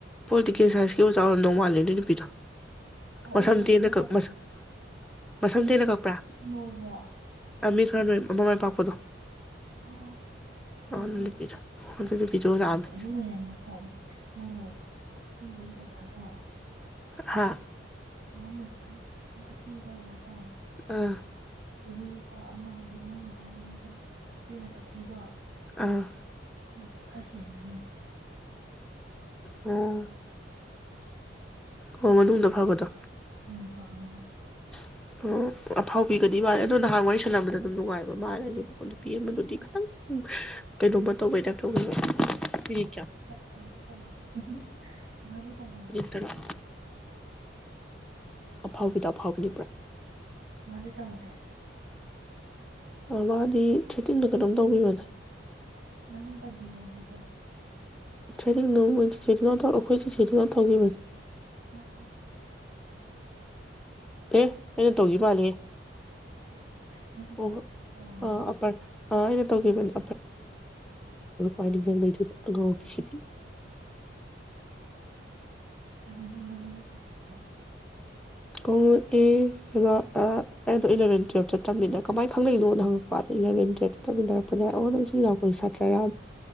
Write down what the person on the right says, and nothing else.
ꯎꯝ
ꯑꯣ
ꯄꯣꯜꯀꯣꯁ
ꯅꯣꯏꯕ꯭ꯔꯣ ꯑꯥ
ꯑꯣ ꯑꯣ ꯈꯡꯉꯦ
ꯈꯡꯉꯦ
ꯑꯗꯨꯅ ꯌꯥꯝꯅ ꯐꯕꯅꯦ ꯃꯣꯏ ꯅꯔ <unintelligible> ꯑꯣꯖꯥꯗꯣ
ꯅꯪꯅ ꯁꯝ ꯀꯛꯄꯤꯕ ꯑꯣꯖꯥꯗꯣ
ꯑꯗꯨꯗꯒꯤ ꯀꯣ ꯑꯃ ꯍꯧꯖꯤꯛ ꯅꯪꯅ ꯍꯥꯏꯕ ꯃꯁꯨꯝ ꯇꯦꯟꯅ ꯀꯛ ꯄꯤꯗꯣ
ꯑꯣ ꯈꯔ ꯍꯦꯟꯕꯅꯦꯗ
<unintelligible>
ꯎꯝ ꯐꯕꯅꯦ ꯃ
ꯎꯝ
ꯍꯣꯏ ꯇꯧꯁꯦ ꯇꯧꯕꯅꯦ ꯃꯥꯗꯤ ꯇꯧꯕ꯭ꯔꯣ
ꯃꯗꯤ ꯇꯧꯗꯦ꯫
ꯅꯪ ꯇꯧꯕꯤꯕ꯭ꯔ ꯑꯗꯨꯁ
ꯑꯣ ꯑꯣ꯫
<unintelligible>
ꯀꯥꯎꯔꯕꯣ
ꯑꯗꯨꯗꯤ ꯅꯪꯉꯣꯟꯗ ꯀꯧꯔꯛꯄ꯭ꯔꯣ꯫